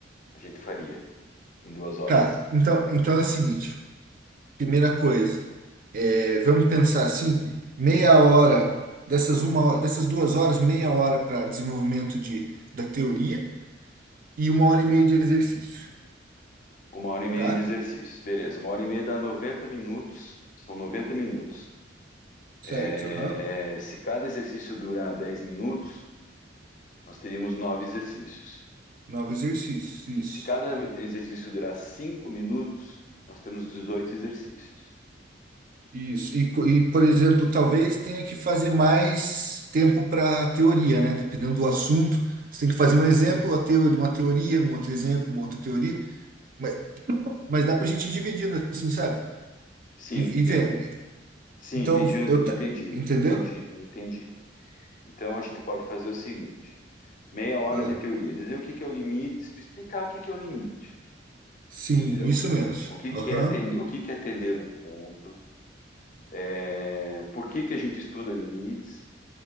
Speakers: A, on the left; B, on the right.
A: a gente faria em duas horas.
B: Tá, então, então é o seguinte. Primeira coisa, é, vamos pensar assim, meia hora, dessas uma hora- dessas duas horas, meia hora para desenvolvimento de, da teoria e uma hora e meia de exercício,
A: Uma hora e meia
B: tá?
A: de exercício. Beleza, uma hora e meia dá 90 minutos. São 90 minutos.
B: Certo,
A: É,
B: aham.
A: se cada exercício durar 10 minutos, nós teríamos nove exercícios.
B: Nove exercícios, isso.
A: Se cada exercício durar 5 minutos, nós temos 18 exercícios.
B: Isso. E, co- e, por exemplo, talvez tenha que fazer mais tempo para teoria, né? Dependendo do assunto. Você tem que fazer um exemplo, a teoria, uma teoria, um outro exemplo, uma outra teoria. Mas, mas dá para a gente ir dividindo, assim, sabe?
A: Sim,
B: E, e
A: eu-
B: ver.
A: sim,
B: Então,
A: entendi, entendi,
B: eu. ta- Entendeu?
A: entendi, entendi. Então a gente pode fazer o seguinte: meia hora
B: Ah,
A: de teoria, dizer o que que é o limite, explicar o que que é o limite,
B: sim,
A: entendeu?
B: isso mesmo.
A: O que que
B: Aham.
A: é atender, o que que é atender um ponto, É, por que que a gente estuda limites,